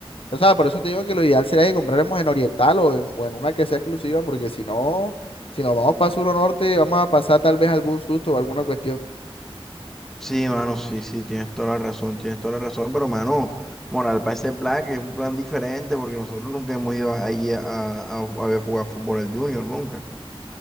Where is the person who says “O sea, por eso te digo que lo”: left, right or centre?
Left